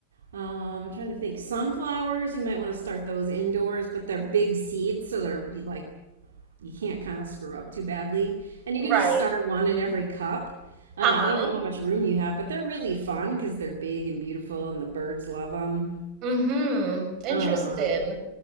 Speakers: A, on the right; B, on the right.
A: Um, I'm trying to think. Sunflowers, you might want to start those indoors, but they're big seeds, so they're like you can't kind of screw up too badly. And you
B: Right.
A: can just start one in every cup. Uh,
B: Uh-huh.
A: I don't know how much room you have, but they're really fun because they're big and beautiful, and the birds love them.
B: Mm-hmm. Interesting.
A: Um,